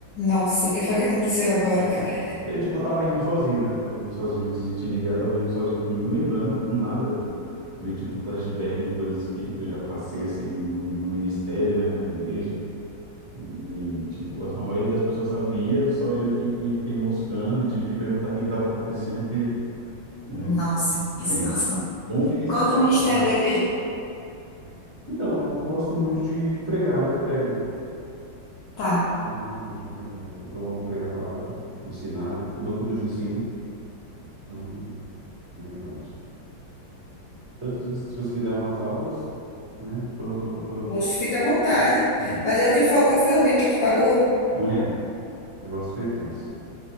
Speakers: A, on the left (about 65°); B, on the right (about 40°).
A: Nossa, o que foi que aconteceu agora, cara?
B: Eu, tipo, eu tava rindo sozinho, né? Tava rindo sozinho antes de te ligar, tava rindo sozinho comigo, lembrando do nada, veio tipo um flashback de coisas que, que eu já passei, assim, no, no ministério, né? Na igreja. E, tipo, a maioria das pessoas sabia, só eu que, que fiquei moscando e tive que perguntar o que estava acontecendo, porque, né,
A: Nossa, que
B: tem
A: situação.
B: essa. Ou fiquei sabendo
A: Conta o ministério
B: depois. né?
A: da igreja.
B: Então, eu gosto muito de, de pregar, né? Eu prego,
A: Tá.
B: né? Eu, eu- eu amo pregar a palavra, ensinar. Eu dou culto de ensino, então, é minha parte. Tanto que se você, se você quiser umas aulas, né? Tô, tô, tô, tô.
A: Poxa,
B: tô.
A: fica à vontade.
B: Bem,
A: Mas é o que foi, qual foi o meio que tu pagou?
B: mulher, o negócio foi tenso.